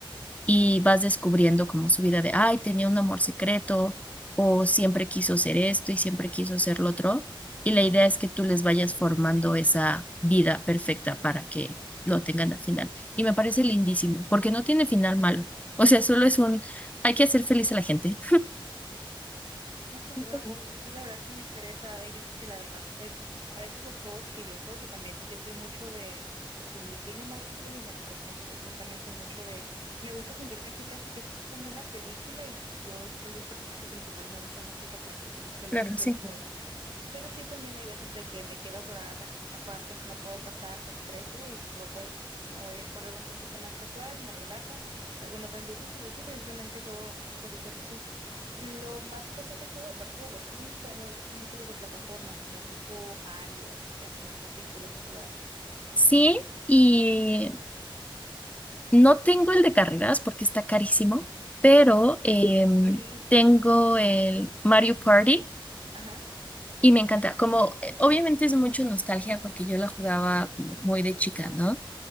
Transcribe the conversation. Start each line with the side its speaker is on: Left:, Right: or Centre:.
Left: y vas descubriendo como su vida de, ay, tenía un amor secreto o siempre quiso ser esto y siempre quiso ser lo otro. Y la idea es que tú les vayas formando esa vida perfecta para que lo tengan al final. Y me parece lindísimo, porque no tiene final malo. O sea, solo es un, hay que hacer feliz a la gente.
Right: No, pues
Left: <laughs> Ujú,
Right: wow, sí, sí, la verdad sí me interesa. Hay veces que la verdad, pues a veces los juegos que yo juego, que también yo soy mucho de, si tiene mala historia ni me lo presentes, yo también soy mucho de, me gusta sentir casi casi que es como una película y yo soy el personaje principal, me gusta mucho esa parte que es de los,
Left: Claro, sí.
Right: de los juegos. Pero sí, también hay veces de que me quedo atorada en alguna parte, no la puedo pasar, me estreso y digo, bueno, me voy a ir por algo un poquito más casual, me relajo, algo no tan difícil. Y sí, precisamente juego cositas así. Lo más casual que juego, aparte de los Sims, también me gustan mucho los de plataformas, como tipo Mario y así. No sé si tú los has jugado.
Left: Sí, y no tengo el de carreras porque está carísimo, pero em,
Right: Sí.
Left: tengo el Mario Party
Right: Ajá,
Left: Y me encanta, como eh, obviamente es mucho nostalgia porque yo la jugaba como muy de chica, ¿no?